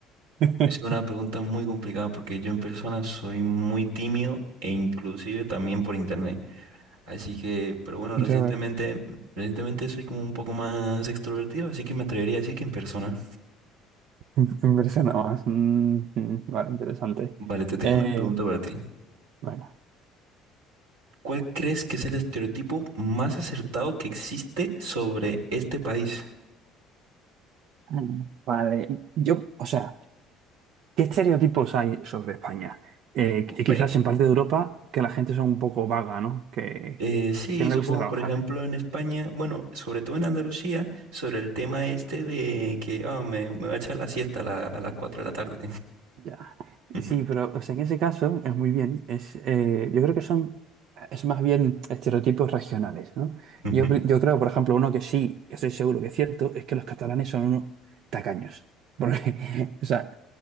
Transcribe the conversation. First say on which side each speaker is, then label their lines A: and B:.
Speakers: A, on the right; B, on the right.
A: <laughs>
B: es una pregunta muy complicada porque yo en persona soy muy tímido e inclusive también por internet. Así que, pero bueno,
A: Ya
B: recientemente,
A: veo.
B: recientemente soy como un poco más extrovertido, así que me atrevería a decir que en persona.
A: En en persona más. Mm, mm, vale, interesante.
B: Vale, te tengo
A: Eh,
B: una pregunta para ti.
A: bueno.
B: ¿Cuál crees que es el estereotipo más acertado que existe sobre este país?
A: Ah, Vale, yo, o sea, ¿qué estereotipos hay sobre España? Eh,
B: Hombre.
A: y quizás en parte de Europa que la gente es un poco vaga, ¿no? Que,
B: Eh, sí,
A: que no
B: supongo,
A: le gusta trabajar.
B: por ejemplo, en España, bueno, sobre todo en Andalucía, sobre el tema este de que ah, me, me va a echar la siesta a, la- a las cuatro de la tarde.
A: Ya.
B: <laughs>
A: Sí, pero o sea, en ese caso es muy bien. Es, eh, yo creo que son es más bien estereotipos regionales, ¿no?
B: Ujú,
A: Yo, yo creo, por ejemplo, uno que sí, que estoy seguro que es cierto, es que los catalanes son unos tacaños. Porque, <laughs> o sea,